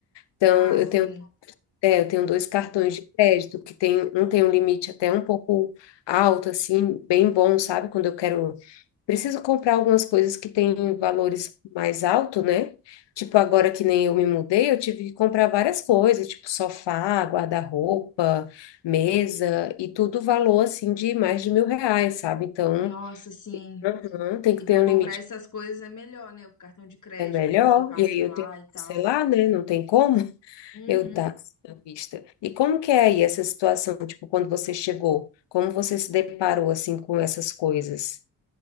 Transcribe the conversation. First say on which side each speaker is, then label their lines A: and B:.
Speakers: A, on the left; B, on the left.
A: Então,
B: Ah,
A: eu
B: sim.
A: tenho, é, eu tenho dois cartões de crédito, que tem, um tem um limite até um pouco alto, assim, bem bom, sabe? Quando eu quero, preciso comprar algumas coisas que têm valores mais alto, né? Tipo, agora que nem eu me mudei, eu tive que comprar várias coisas, tipo sofá, guarda-roupa, mesa, e tudo valor, assim, de mais de mil reais, sabe? Então,
B: Nossa, sim.
A: uhum, tem que
B: E
A: ter
B: pra
A: um
B: comprar
A: limite,
B: essas coisas é melhor, né? O cartão de crédito,
A: é melhor,
B: conseguir parcelar
A: e aí eu tenho que
B: e tal.
A: parcelar, né? Não tem como.
B: Uhum.
A: Meu Deus, à vista. E como que é aí essa situação, tipo, quando você chegou? Como você se deparou, assim, com essas coisas?